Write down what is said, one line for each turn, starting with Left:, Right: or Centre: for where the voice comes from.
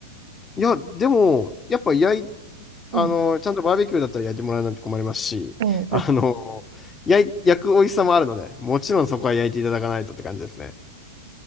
Left: いや、でも、やっぱ焼い、あの、
Right: うん、
Left: ちゃんとバーベキューだったら焼いてもらわないと困りますし、
Right: うん、はい
Left: あの、焼い、焼く美味しさもあるので、もちろんそこは焼いていただかないとって感じですね。